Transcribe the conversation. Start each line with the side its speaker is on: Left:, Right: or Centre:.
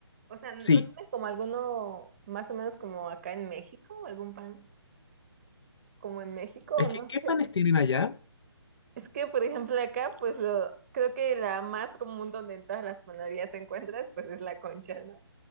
Right: o sea, ¿no
Left: Sí,
Right: tienen como alguno más o menos como acá en México o algún pan como en México
Left: es
Right: o no
Left: que ¿qué
Right: sé?
Left: panes tienen allá?
Right: Es que, por ejemplo, acá pues lo, creo que la más común donde en todas las panaderías encuentras pues es la concha, ¿no?